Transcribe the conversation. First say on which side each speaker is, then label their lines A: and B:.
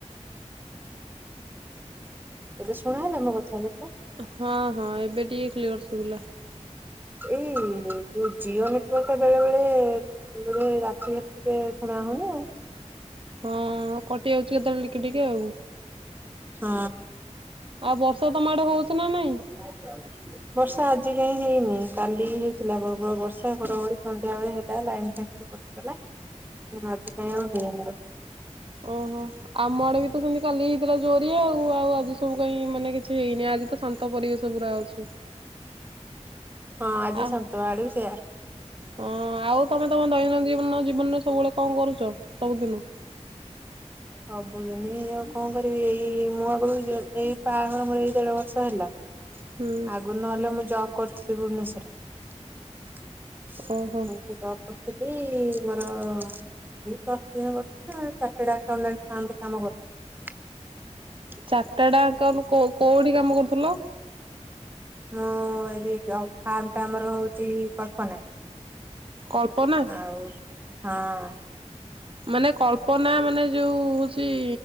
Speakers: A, on the right (about 15°); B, on the right (about 45°).
A: ଏବେ ଶୁଣା ହେଲା ମୋ କଥା ଦେଖ।
B: ହଁ ହଁ ଏବେ ଟିକେ କ୍ଳିଅର ସୁଵିଲା।
A: ଏଇ ଯୋଉ ଜିଓ ନେଟୱାର୍କ ଟା ବେଳେ ବେଳେ। ଏ ରାତିରେ ଟିକେ ଶୁଣା ହଉନି ଆଉ।
B: ହଁ କଟି ଯାଉଛି କେତେବେଳେ ଟିକେ ଟିକେ ଆଉ।
A: ହଁ।
B: ଆଉ ବର୍ଷା ତମ ଆଡେ ହଉଛି ନା ନାଇଁ?
A: ହୁଁ ବର୍ଷା ଆଜି କାହିଁ ହେଇନି କାଲି ହେଇଥିଲା ପ୍ରବଳ ବର୍ଷା ଘଡ ଘଡି ସନ୍ଧ୍ୟା ବେଳେ ହେଲା ଲାଇନ ଫାଇ ଗଲା ଆଜି କାଇଁ ଆଉ ହେଇନି।
B: ଓହୋ ଆମ ଆଡେ ବି ତ ସେମିତି କାଲି ହେଇଥିଲା ଜୋରରେ ଆଉ ଆଉ ଆଜି ସବୁ କାଇଁ ମାନେ କିଛି ହେଇନି ଆଜି ତ ସା ତ ପରିବେଶ ପୁରା ଅଛି।
A: ହଁ ଆଜି
B: ଆ
A: ଶାନ୍ତ ଆଡେ ବି ସେଇଆ।
B: ହଁ ଆଉ ତମେ ତମ ଦୈନନ୍ଦିନ ଜୀବନ ଜୀବନରେ ସବୁବେଳେ କଣ କରୁଛ ସବୁଦିନ।
A: ସବୁଦିନି ଆଉ କଣ କରିବି ଏଇ ମୁଁ ଆଗରୁ ଏଇ ପାହାଘର ମୋର ଏଇ ଦେଢ ବର୍ଷ ହେଲା।
B: ହୁଁ
A: ଆଗୁରୁ ନହେଲେ ମୁଁ ଜବ୍ କରିଥିଲି ଭୁବନେଶ୍ବରରେ।
B: ଓହୋ
A: ମୁଁ ତ ଜବ୍ କରୁଥିଲି ମୋର। <unintelligible>
B: ଚାର୍ଟଡ଼ ଆକାଉଣ୍ଟ କଉ କୋଉଠି କାମ କରୁଥୁଲ?
A: ମୁଁ <unintelligible> ଫାର୍ମ ଟା ଆମର ହଉଛି କଳ୍ପନା।
B: କଳ୍ପନା।
A: ଆଉ ହଁ।
B: ମାନେ କଳ୍ପନା ମାନେ ଯୋଉ ସେଇ